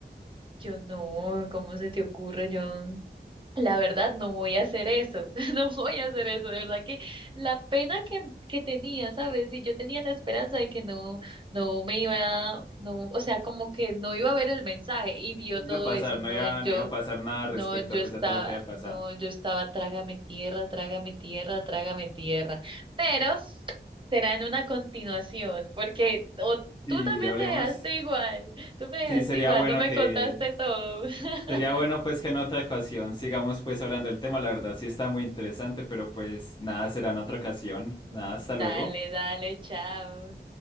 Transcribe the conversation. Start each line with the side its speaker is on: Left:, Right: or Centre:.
Right: yo no, ¿cómo se te ocurre? Yo la verdad, no voy a hacer eso, <laughs> no voy a hacer eso, de verdad que la pena que, que tenía, ¿sabes? Y yo tenía la esperanza de que no, no me iba, no, o sea, como que no iba a ver el mensaje y vio
Left: No
Right: todo
Left: iba a pasar,
Right: eso,
Left: no
Right: no,
Left: iba,
Right: yo,
Left: no iba a pasar nada respecto
Right: no, yo
Left: pues
Right: estaba,
Left: a todo lo que haya pasado.
Right: no, yo estaba, trágame tierra, trágame tierra, trágame tierra, pero será en una continuación, porque o
Left: Si
Right: tú también
Left: hablemos,
Right: me dejaste igual, tú me dejaste
Left: sí sería
Right: igual,
Left: bueno
Right: no me
Left: que,
Right: contaste todo. <laughs>
Left: sería bueno pues que en otra ocasión sigamos pues hablando del tema, la verdad sí está muy interesante, pero pues nada, será en otra ocasión. Nada, hasta
Right: Dale,
Left: luego.
Right: dale, chao.